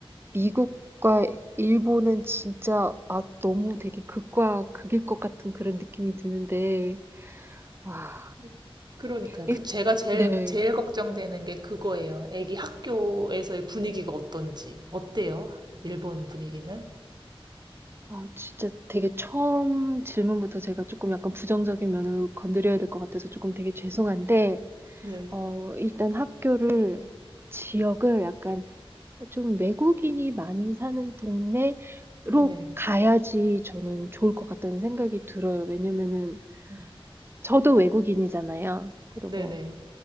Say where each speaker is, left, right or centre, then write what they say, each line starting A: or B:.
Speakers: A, on the right (about 25°); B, on the right (about 45°).
A: 미국과 일본은 진짜 아 너무 되게 극과 극일 것 같은 그런 느낌이 드는데 와
B: 그- 그러니까요.
A: 일,
B: 그 제가 제일
A: 네.
B: 제일 걱정되는 게 그거예요. 애기 학교에서의 분위기가 어떤지. 어때요? 일본 분위기는?
A: 아 진짜 되게 처음 질문부터 제가 조금 약간 부정적인 면을 건드려야 될 것 같아서 조금 되게 죄송한데
B: 네.
A: 어 일단 학교를 지역을 약간 좀 외국인이 많이 사는 동네로
B: 네.
A: 가야지 저는 좋을 것 같다는 생각이 들어요. 왜냐면은
B: 음.
A: 저도 외국인이잖아요. 그리고
B: 네네.